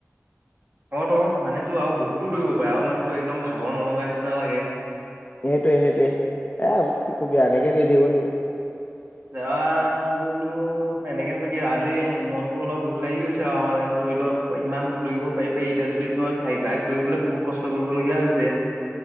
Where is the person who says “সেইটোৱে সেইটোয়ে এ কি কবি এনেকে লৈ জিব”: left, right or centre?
Left